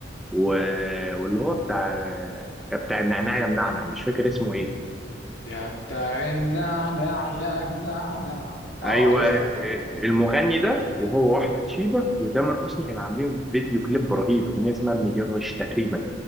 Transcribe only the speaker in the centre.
و... واللي هو بتاع آه، بتاع النعناع يا منعنع مش فاكر اسمه إيه
ايوه
المغني ده وهو واحمد شيبه وتامر حسني كانوا عاملين فيديو كليب رهيب اغنيه اسمها مليون وش تقريبا